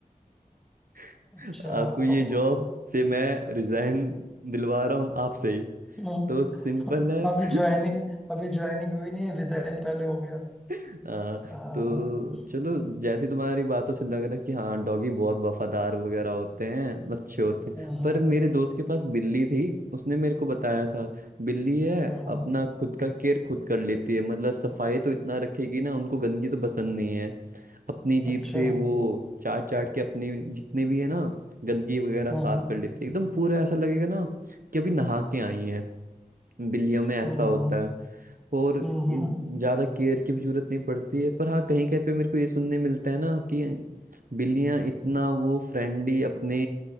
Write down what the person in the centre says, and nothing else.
अच्छा
तो
हम्म,
अभी ज्वाइनिंग
अभी ज्वाइनिंग हुई नहीं रिजाइन पहले हो गया
अम,
हाँ हाँ
हाँ हाँ,
अच्छा
हाँ
हाँ
हम्म
हम्म
हम्म,